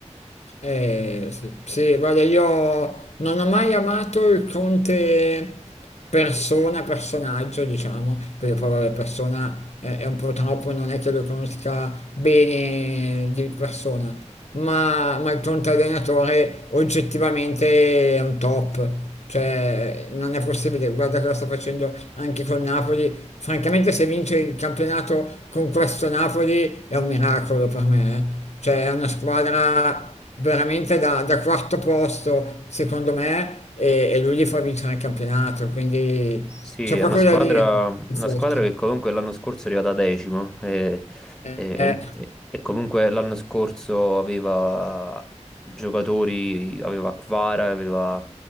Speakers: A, on the left; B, in the centre.
A: Eh, sì, sì, guarda, io non ho mai amato il Conte persona, personaggio, diciamo, perché poi vabbè, persona è, è un po' troppo, non è che lo conosca bene di persona, ma, ma il Conte allenatore oggettivamente è un top, cioè non è possibile, guarda cosa sta facendo anche con Napoli, francamente se vince il campionato con questo Napoli è un miracolo per me, eh. Cioè è una squadra veramente da, da quarto posto, secondo me, e, e lui gli fa vincere il campionato, quindi
B: Sì,
A: c'è
B: è
A: proprio
B: una squadra,
A: da dire, è
B: una
A: forte.
B: squadra che comunque l'anno scorso è arrivata decimo e,
A: Eh,
B: e-
A: eh.
B: e- e comunque l'anno scorso aveva giocatori, aveva Kvara, aveva,